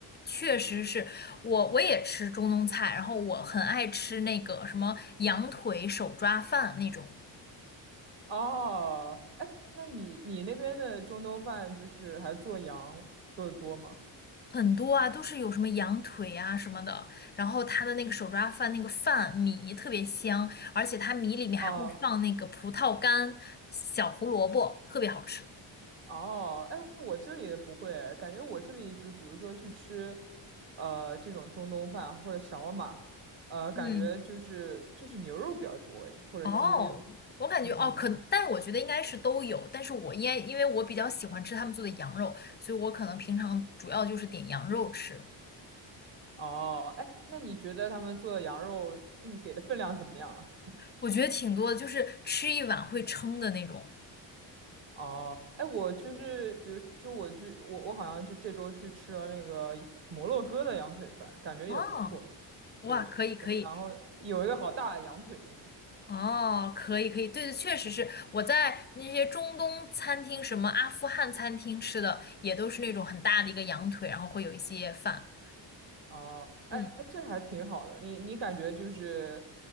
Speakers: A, on the left; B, on the right.
A: 确实是我我也吃中东菜，然后我很爱吃那个什么羊腿手抓饭那种，
B: 哦，哎，那你你那边的中东饭就是还做羊做的多吗？
A: 很多啊都是有什么羊腿啊什么的，然后它的那个手抓饭那个饭米特别香，而且它米里面还会放那个葡萄干、
B: 啊
A: 小胡萝卜，特别好吃。
B: 哦，哎，我这里也不会，感觉我这里就是比如说去吃，呃，这种中东饭或者沙瓦玛，呃，感觉就是就是牛肉比较多，
A: 嗯。
B: 或者鸡肉。
A: 哦，我感觉哦，
B: 嗯嗯，
A: 可，但是我觉得应该是都有，但是我因为因为我比较喜欢吃他们做的羊肉，所以我可能平常主要就是点羊肉吃，
B: 哦，哎，那你觉得他们做的羊肉，你给的分量怎么样啊？
A: 我觉得挺多的，就是吃一碗会撑的那种。
B: 哦，哎，我就是比如说我去，我我好像就这周去吃了那个摩洛哥的羊腿饭，感觉也不错。
A: 哦，哇，
B: 对，
A: 可以可以，
B: 然后有一个好大的羊腿那种。
A: 哦，可以可以，对对，确实是我在那些中东餐厅，什么阿富汗餐厅吃的，也都是那种很大的一个羊腿，然后会有一些饭。
B: 哦，哎，
A: 嗯。
B: 哎这还挺好的。你你感觉就是